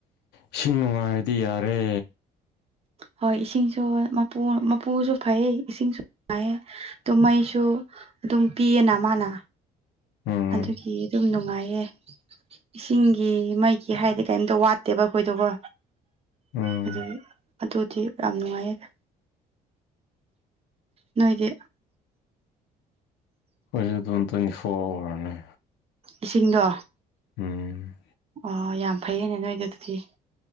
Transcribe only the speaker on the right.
ꯍꯣꯏ ꯏꯁꯤꯡꯁꯨ ꯃꯄꯨ ꯃꯄꯨꯁꯨ ꯐꯩꯌꯦ ꯏꯁꯤꯡꯁꯨ ꯐꯩ ꯑꯗꯨ ꯃꯩꯁꯨ ꯑꯗꯨꯝ ꯄꯤꯌꯦꯅ ꯃꯥꯅ
ꯑꯗꯨꯒꯤ ꯑꯗꯨꯝ ꯅꯨꯡꯉꯥꯏꯌꯦ ꯏꯁꯤꯡꯒꯤ ꯃꯩꯒꯤ ꯍꯥꯏꯔꯗꯤ ꯀꯩꯝꯇ ꯋꯥꯠꯇꯦꯕ ꯑꯩꯈꯣꯏꯗꯣꯀꯣ
ꯑꯗꯨ ꯑꯗꯨꯗꯤ ꯌꯥꯝ ꯅꯨꯡꯉꯥꯏꯌꯦꯗ ꯅꯣꯏꯗꯤ
ꯏꯁꯤꯡꯗꯣ
ꯑꯣ ꯌꯥꯝ ꯐꯩꯌꯦꯅꯦ ꯅꯣꯏꯗꯤ ꯑꯗꯨꯗꯤ